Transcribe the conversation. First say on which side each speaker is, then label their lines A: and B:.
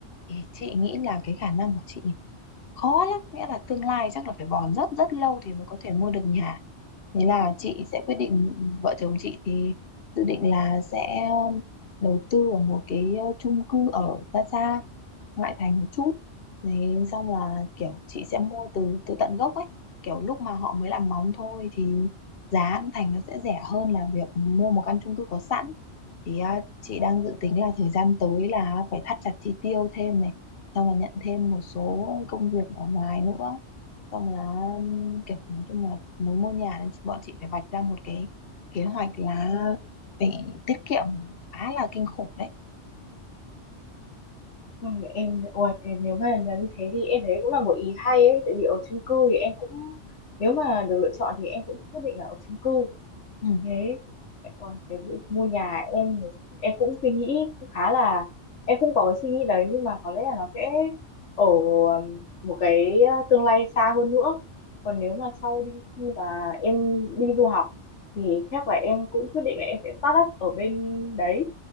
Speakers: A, on the left (about 55°); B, on the left (about 75°).
A: Thì chị nghĩ là cái khả năng của chị khó lắm, nghĩa là tương lai chắc là phải bòn rất rất lâu thì mới có thể mua được nhà. Thế là chị sẽ quyết định, vợ chồng chị thì dự định là sẽ um, đầu tư ở một cái uh, chung cư ở xa xa ngoại thành một chút đấy xong là kiểu chị sẽ mua từ từ tận gốc ấy kiểu lúc mà họ mới làm móng thôi thì giá ăn thành nó sẽ rẻ hơn là việc mua một căn chung cư có sẵn thì à, chị đang dự tính là thời gian tới là phải thắt chặt chi tiêu thêm này xong là nhận thêm một số công việc ở ngoài nữa xong là ừm, kiểu nói chung là muốn mua nhà nên bọn chị phải vạch ra một cái kế hoạch là phải tiết kiệm khá là kinh khủng đấy
B: Ừ, em ôi cái nếu mà là như thế thì em thấy cũng là một ý hay ấy tại vì ở chung cư thì em cũng nếu mà được lựa chọn thì em cũng quyết định là ở chung cư
A: ừ.
B: thế Ủa, cái việc mua nhà em em cũng suy nghĩ cũng khá là em cũng có cái suy nghĩ đấy nhưng mà có lẽ là nó sẽ ở um, một cái uh, tương lai xa hơn nữa còn nếu mà sau đi khi mà em đi du học thì chắc là em cũng quyết định là em sẽ start up ở bên đấy